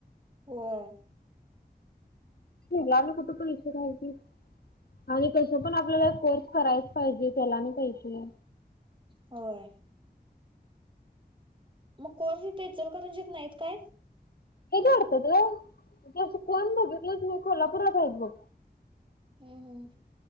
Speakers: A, on the right; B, on the left.
A: होय.
B: त्याला आणि कुठं पैसे घालतीस. आणि कसं पण आपल्याला कोर्स करायच पाहिजे त्याला आणि पैसे.
A: होय. म कोर्स इथं इचलकरंजीत नाहीत काय?
B: हेेच वाडतात बग कोण बघलेचं नाही कोल्हापुरात हायत बग.
A: हम्.